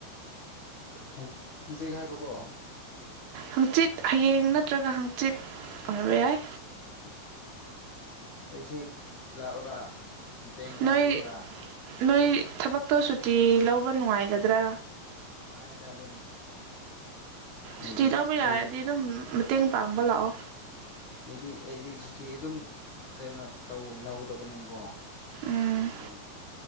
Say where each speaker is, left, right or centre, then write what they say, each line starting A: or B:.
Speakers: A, on the left; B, on the right.
A: ꯍꯪꯆꯤꯠ ꯍꯥꯏꯕꯀꯣ
B: ꯍꯪꯆꯤꯠ ꯍꯌꯦꯡ ꯅꯠꯇ꯭ꯔꯒ ꯍꯪꯆꯤꯠ ꯑꯣꯏꯕ ꯌꯥꯏ
A: ꯑꯁ ꯑꯩꯁꯨ ꯂꯥꯛꯑꯣꯔꯥ ꯃꯇꯦꯡ ꯄꯥꯡꯕꯤꯌꯨꯔꯥ
B: ꯅꯣꯏ ꯅꯣꯏ ꯊꯕꯛꯇꯣ ꯁꯨꯇꯤ ꯂꯧꯕ ꯅꯨꯡꯉꯥꯏꯒꯗ꯭ꯔꯥ
A: ꯅꯨꯡꯉꯥꯏꯗ ꯑꯗꯨꯝ ꯍꯥꯏꯗꯤ
B: ꯁꯨꯇꯤ ꯂꯧꯕ ꯌꯥꯔꯗꯤ
A: ꯑꯩ
B: ꯑꯗꯨꯝ ꯃꯇꯦꯡ ꯄꯥꯡꯕ
A: ꯎꯝ
B: ꯂꯥꯛꯑꯣ
A: ꯑꯩꯗꯤ ꯑꯩꯗꯤ ꯁꯨꯇꯤ ꯑꯗꯨꯝ ꯀꯩꯅꯣ ꯇꯧ ꯂꯧꯗꯕꯅꯤꯅꯀꯣ
B: ꯎꯝ
A: ꯑꯗꯨꯝ